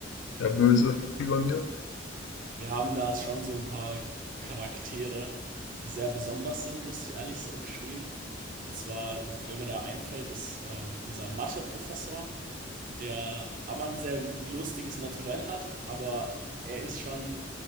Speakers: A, on the left; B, on the right.
A: ja böse wie bei mir?
B: Wir haben da schon so ein paar Charaktere, die sehr besonders sind, muss ich ehrlich sa- gestehen. Und zwar, wer mir da einfällt, ist ähm, unser Mathe-Professor. der aber ein sehr lustiges Naturell hat, aber er ist schon